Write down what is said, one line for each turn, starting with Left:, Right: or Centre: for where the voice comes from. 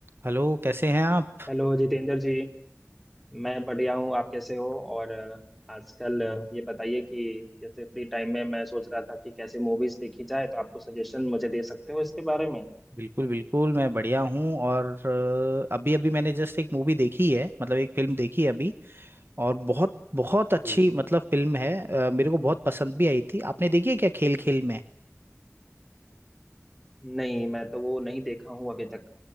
Right: Hello कैसे हैं आप
Centre: Hello Jitendra ji मैं बढ़िया हूँ आप कैसे हो और अ, आजकल अ, ये बताइए कि जैसे फ्री टाइम में मैं सोच रहा था कि कैसे मूवीज देखी जाए तो आपको सजेशन मुझे दे सकते हो इसके बारे में
Right: बिल्कुल बिल्कुल मैं बढ़िया हूँ और अ, अभी अभी मैंने जस्ट एक मूवी देखी है मतलब एक फिल्म देखी है अभी और बहुत बहुत
Centre: जी
Right: अच्छी मतलब फिल्म है अ, मेरे को बहुत पसंद भी आई थी आपने देखी है क्या खेल खेल में
Centre: नहीं मैं तो वो नहीं देखा हूँ अभी तक